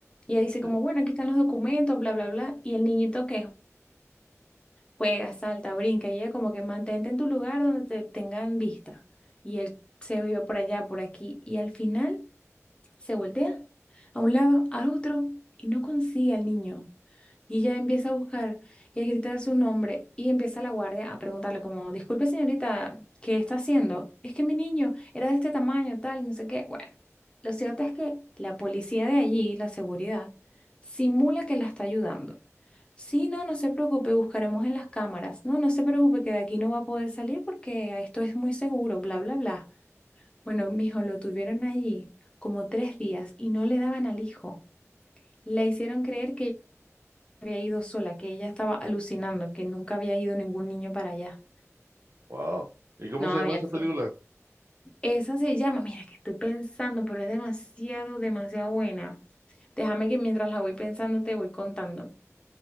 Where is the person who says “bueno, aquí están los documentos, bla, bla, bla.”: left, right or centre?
Left